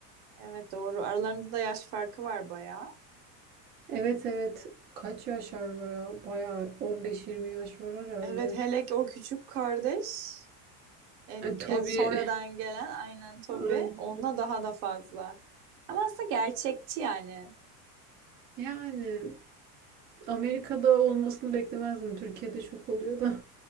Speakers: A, on the right; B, on the right.
A: Evet doğru. Aralarında da yaş farkı var bayağı.
B: Evet evet. Kaç yaş var ya? Bayağı 15-20 yaş var herhalde.
A: Evet hele ki o küçük kardeş. En-
B: Yani Toby.
A: Yani sonradan
B: <laughs>
A: gelen aynen Toby
B: Aynen.
A: onunla daha da fazla. Ama aslında gerçekçi yani.
B: Yani Amerika'da olmasını beklemezdim. Türkiye'de çok oluyor da.